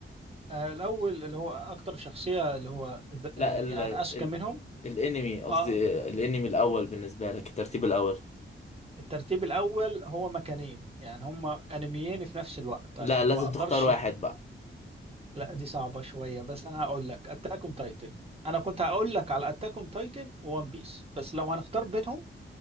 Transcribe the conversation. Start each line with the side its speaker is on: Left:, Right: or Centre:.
Right: آه، الاول اللي هو اكتر شخصية اللي هو د-
Left: لا
Right: آه، يعني
Left: ال ال
Right: اذكى منهم
Left: الانمي قصدي
Right: اه
Left: الانمي الاول بالنسبه لك الترتيب الاول
Right: الترتيب الاول هو مكانين يعني هما انميين في نفس الوقت
Left: لا
Right: عشان
Left: لازم
Right: ما اقدرش
Left: تختار واحد بقى
Right: لا دي صعبة شوية بس انا هقول لك اتاك اون تايتن انا كنت هقول لك على اتاك اون تايتن وون بيس بس لو هنختار بينهم